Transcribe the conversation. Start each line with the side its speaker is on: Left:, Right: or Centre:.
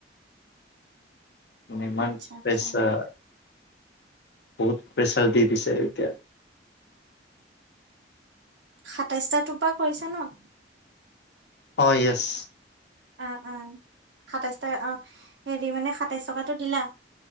Left: ইমান
Right: আচ্ছা আচ্ছা
Left: প্ৰেচাৰ বহুত, প্ৰেছাৰ দি দিছে এতিয়া।
Right: সাতাইশ টাটোৰ পৰা কৰিছা ন?
Left: অঁ য়েছ।
Right: অ অ সাতাইছ টকা অ হেৰি মানে সাতাইছ টকাটো দিলা।